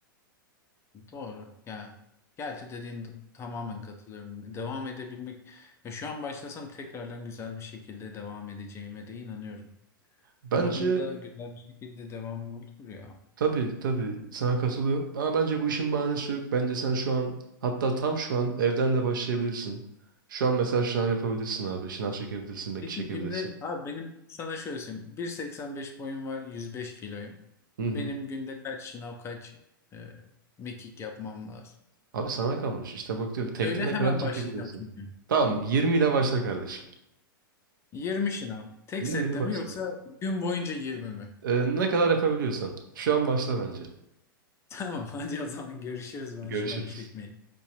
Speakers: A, on the left; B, on the right.
A: doğru. Ya gerçi dediğin d- tamamen katılıyorum. Devam edebilmek ya şu an başlasam tekrardan güzel bir şekilde devam edeceğime de inanıyorum.
B: Bence
A: Umarım da güzel bir şekilde devam olur ya.
B: Tabii tabii sana katılıyorum. Ama bence bu işin bahanesi yok. Bence sen şu an hatta tam şu an evden de başlayabilirsin. Şu an mesela şınav yapabilirsin abi. Şınav çekebilirsin, belki
A: Peki
B: çekebilirsin.
A: günde abi benim sana şöyle söyleyeyim. 1.85 boyum var, 105 kiloyum.
B: Hı
A: Benim
B: hı.
A: günde kaç şınav, kaç e, mekik yapmam lazım?
B: Abi sana kalmış. İşte bak diyorum tekte
A: Söyle
B: ne
A: hemen
B: kadar çekebilirsin.
A: başlayacağım çünkü.
B: Tamam 20 ile başla kardeşim.
A: yirmi şınav. Tek
B: 20
A: sette
B: ile başla.
A: mi yoksa gün boyunca 20 mi?
B: Ee,
A: <laughs>
B: ne kadar yapabiliyorsan. Şu an başla bence.
A: Tamam hadi o zaman görüşürüz ben
B: Görüşürüz.
A: şınav çekmeyeyim.